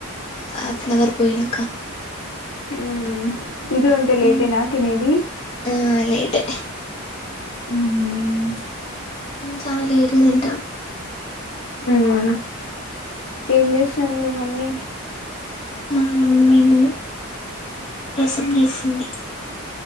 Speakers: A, on the left (about 30°); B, on the left (about 65°).
A: హాఫ్ అన్ అవర్ పోయినాకా
B: ఉమ్ ఇంట్లో ఉంటే లేటేనా
A: మ్మ్
B: తినేది
A: ఆ లేటే
B: ఉమ్
A: చానా లేట్ తింటా
B: ఉమ్ ఏం చేసినారు మీ మమ్మీ
A: మా మమ్మీ నా రసం చేసింది